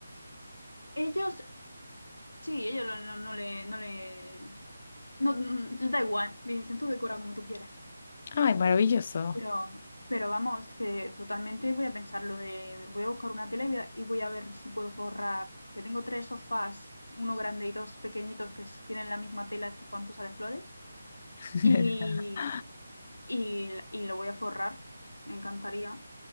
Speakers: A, on the left; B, on the left.
A: ellos, sí, ellos no, no- no le, no le, no, mm, les da igual, le dicen tú decora como tú quieras.
B: Ay, maravilloso.
A: Pero, pero vamos, que totalmente voy a pensar lo de, voy a buscar una tele y voy a, y voy a ver si puedo forrar, porque tengo tres sofás, uno grande y dos pequeñitos que s- tienen la misma tela esta espantosa de flores,
B: <laughs>
A: y, y, y lo voy a forrar, me encantaría.